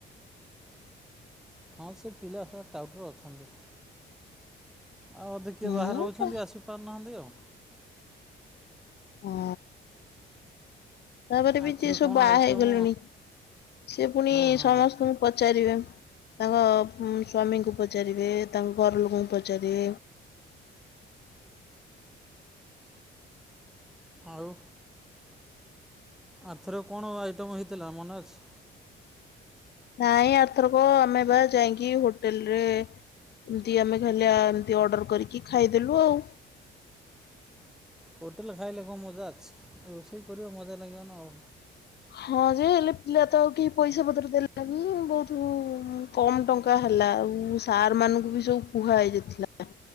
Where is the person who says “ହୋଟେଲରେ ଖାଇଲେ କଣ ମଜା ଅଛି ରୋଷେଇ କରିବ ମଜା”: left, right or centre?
Centre